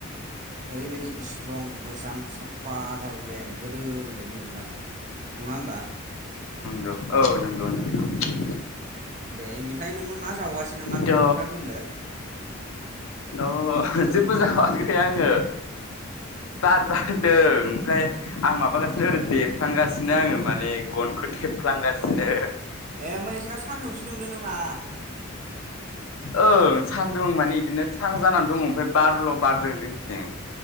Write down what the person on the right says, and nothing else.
ओरैबायदि इस्ट्रं मोजां साफा जाबोबाय आरो। गोदोनि बायदि नंला नङा होमबा।
दे इनिफाय नोङो मा जावगासि दिनो मा
क्राक क्राक होनदो?
ए होमबा इसोरना सान्दुंसो दुंदो नामा?